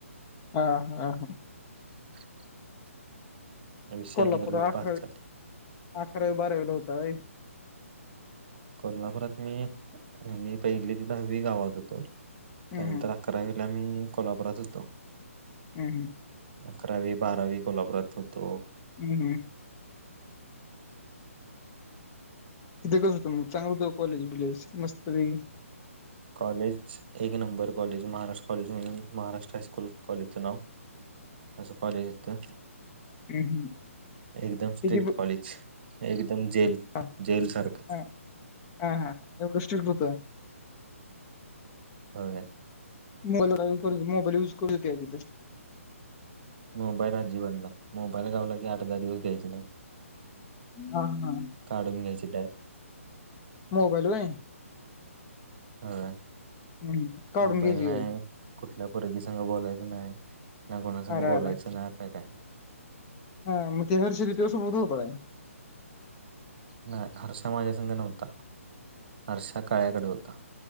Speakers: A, on the left; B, on the right.
A: हा हा हा
B: <inaudible> विषय
A: कोल्हापूर
B: निघाले
A: अकरावी
B: पास झाले
A: अकरावी बारावीला होता.
B: कोल्हापुरात मी मी पहिली ते दहावी गावात होतो.
A: हम्म
B: त्यानंतर
A: हम्म
B: अकरावीला मी कोल्हापुरात होतो.
A: हम्म हम्म
B: अकरावी बारावी कोल्हापुरात होतो.
A: हम्म हम्म तिथे कसं होतं म. चांगलं होत का कॉलेज बिलेज मस्त पैकी.
B: कॉलेज एक नंबर कॉलेज. महाराष्ट्र कॉलेज म्हणून महाराष्ट्र हायस्कूल कॉलेजचं नाव. असं कॉलेजात का?
A: हम्म हम्म
B: एकदम
A: त्याची
B: स्ट्रिक्ट
A: ब
B: कॉलेज. एकदम जेल
A: <unintelligible>
B: जेल सारखं व्हय.
A: मोबाईल मोबाईल यूज करु देत्या तिथ.
B: मोबाईल आजीबात नाही. मोबाईल गावला कि आठ दहा दिवसयच नाही.
A: हा हा
B: काढून घ्यायचे डायरेक्ट.
A: मोबाईल व्हय.
B: हो
A: हम्म काढून
B: मोबाईल
A: घ्यायची
B: नाही.
A: व्हय
B: कुठल्या परगीसंघ बोलायचं नाही. ना कोणा संग
A: अरे
B: बोलायच
A: अरे
B: नाही आता काय.
A: हा मग ते हर्ष बी तुझ्या सोबतच होता काय?
B: नाही हर्षा माझ्या संघ नव्हता. हर्षा काळ्याकडे होता.